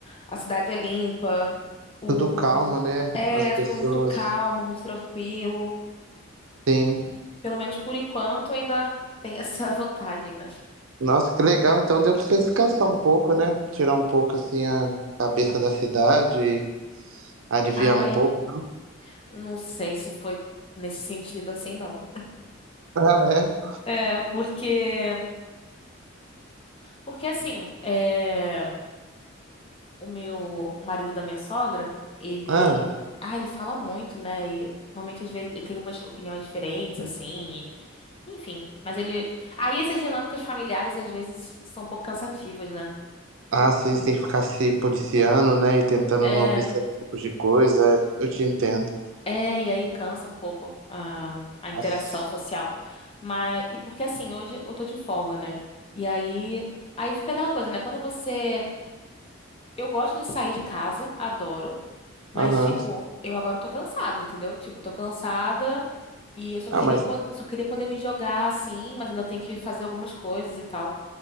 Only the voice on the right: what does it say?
Tudo calmo, né?
As pessoas.
Sim.
Nossa, que legal. Então deu pra você descansar um pouco, né? Tirar um pouco, assim, a cabeça da cidade e aliviar
um pouco.
Ah, é?
Ah,
ah, sim, você tem que ficar se policiando, né? E tentando
não ouvir certos tipos de coisa. Eu te entendo.
Nossa.
Aham.
Ah,
mas